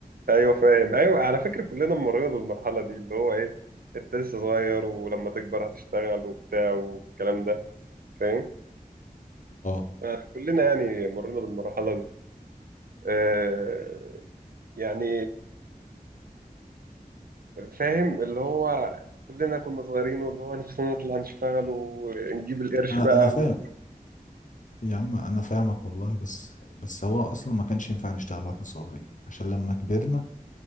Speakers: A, on the right; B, on the left.
A: ايوه فاهم ايوه على فكرة كلنا مرينا بالمرحلة دي اللي هو ايه انت لسه صغير ولما تكبر هتشتغل وبتاع والكلام ده فاهم
B: اه
A: آه، كلنا يعني مرينا بالمرحلة دي آه، يعني فاهم اللي هو كلنا كنا صغيرين واللي هو نفسنا نطلع نشتغل ونجيب القرش
B: انا
A: بقى
B: انا فاهم يا عم انا فاهمك والله بس بس هو اصلا ما كانش ينفع نشتغل واحنا صغيرين عشان لما كبرنا